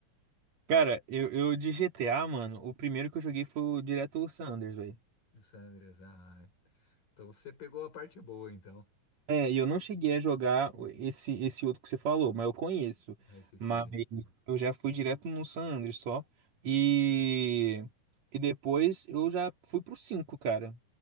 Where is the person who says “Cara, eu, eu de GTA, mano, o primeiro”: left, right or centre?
Right